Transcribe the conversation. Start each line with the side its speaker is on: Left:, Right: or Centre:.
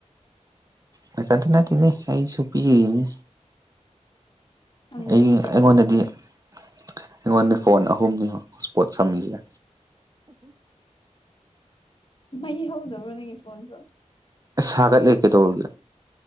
Right: ꯅꯊꯟꯇꯥ ꯅꯠꯇꯦꯅꯦ ꯑꯩꯁꯨ ꯄꯤꯔꯤꯝꯅꯤ
Left: ꯑꯟꯂꯤꯃꯤꯇꯦꯠ
Right: ꯑꯩ ꯑꯩꯉꯣꯟꯗꯗꯤ ꯑꯩꯉꯣꯟꯗ ꯐꯣꯟ ꯑꯍꯨꯝꯅꯤ ꯍꯣꯠꯁꯄꯣꯠ ꯁꯝꯃꯤꯁꯦ
Left: ꯃꯩ ꯍꯧꯗꯕ꯭ꯔꯣ ꯅꯪꯒꯤ ꯐꯣꯟꯗꯣ
Right: ꯑꯁ ꯁꯥꯒꯠꯂꯦ ꯀꯩꯗꯧꯔꯒꯦ